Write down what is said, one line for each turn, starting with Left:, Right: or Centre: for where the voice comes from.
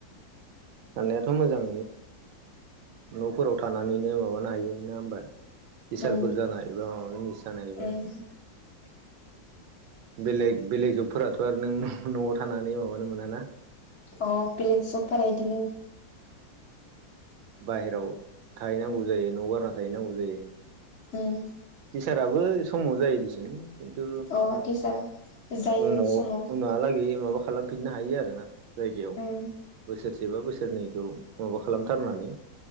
Right: साननायाथ' मोजां न'फोराव थानानैनो माबानो हायो ना होमबा टिचारफोर
Left: उम
Right: जानाय एबा माबा मिनिस जानाय एबा
Left: उम
Right: बेलेग बेलेग जबफोराथ' आरो नों न'आव थानानै माबानो मोना ना
Left: अ बेलेग जफोरा बिदिनो
Right: बाहेरायाव थाहैनांगौ जायो न' बारना थाहैनांगौ जायो।
Left: ओम
Right: टिचाराबो समाव जायो दिसिम खिथु
Left: अ टिचारा जायो
Right: उनाव
Left: समाव
Right: उनहालागै माबा खालामफिननो हायो आरोना जायगायाव
Left: उम
Right: बोसोरसेबा बोसोरनैखौ माबा खालामथारनानै